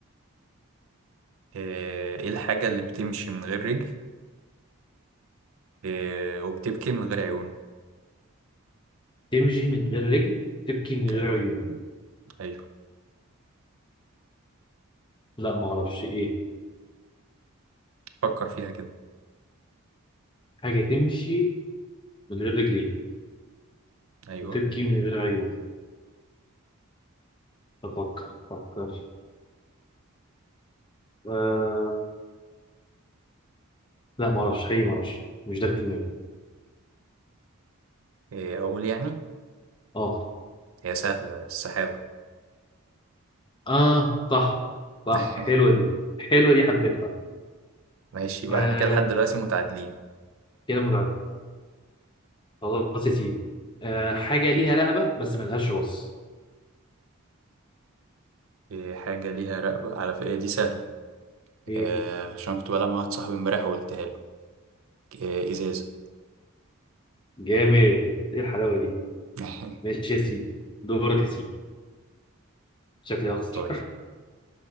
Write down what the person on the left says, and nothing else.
تمشي من غير رجل تبكي من غير
عيون
لا ما اعرفش ايه
حاجه تمشي من غير رجلين
وتبكي من غير عيون افكر افكر آه لا ما اعرفش حقيقي ما اعرفش مش ده اللي في دماغي
اه
اه صح صح
حلوه دي حلوه دي حبيتها
آه
كده متعدد خلاص يا سيدي آه حاجه ليها رقبه بس ملهاش راس
ايه
جامد ايه الحلاوه دي
ماشي يا سيدي دورك يا سيدي شكلي هخسر